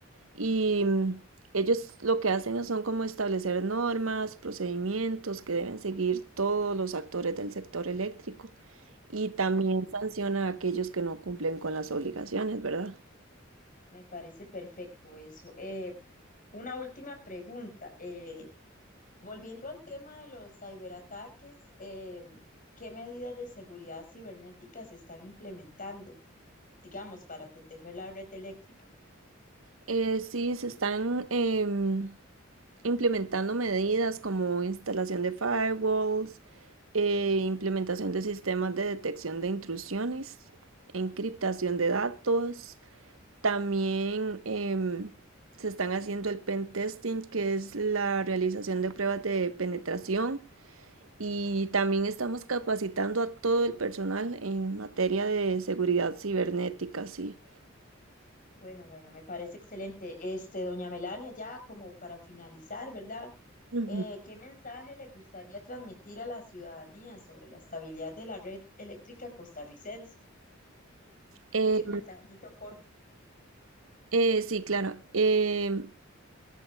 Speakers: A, on the right (about 85°); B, on the left (about 40°).
A: Y mm, ellos lo que hacen son como establecer normas, procedimientos que deben seguir todos los actores del sector eléctrico y también
B: Ok, ok.
A: sanciona a aquellos que no cumplen con las obligaciones, ¿verdad?
B: Me parece perfecto eso. Eh, una última pregunta. eh, volviendo al tema de los ciberataques, eh, ¿qué medidas de seguridad cibernética se están implementando, digamos, para proteger la red eléctrica?
A: Eh, sí, se están em, implementando medidas como instalación de firewalls, eh, implementación de sistemas de detección de intrusiones, encriptación de datos También em, se están haciendo el pen testing, que es la realización de pruebas de penetración. Y también estamos capacitando a todo el personal en materia de seguridad cibernética, sí.
B: Bueno, bueno, me parece excelente. Este, doña Melania, ya como para finalizar, ¿verdad?
A: Ujú.
B: Eh, ¿qué mensaje le gustaría transmitir a la ciudadanía sobre la estabilidad de la red eléctrica costarricense?
A: Eh,
B: Así un mensajito corto.
A: eh, sí, claro. Em,